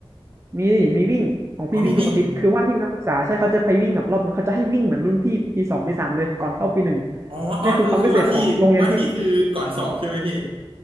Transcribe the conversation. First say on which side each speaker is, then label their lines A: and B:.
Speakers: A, on the right; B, on the right.
A: มีนี่มีวิ่งของพี่วิ่งทุกอาทิตย์คือว่าที่นักศึกษาใช่เขาจะไปวิ่งกับรอบนึงเขาจะให้วิ่งเหมือนรุ่นพี่ปีสองปีสามเลยก่อนเข้าปีหนึ่ง
B: อ๋อมีวิ่ง อ๋ออ๋อคือคือว่าที่ว่าที่คือก่อนสอบใช่ไหมพี่
A: เนี่ยคือความพิเศษของโรงเรียนพี่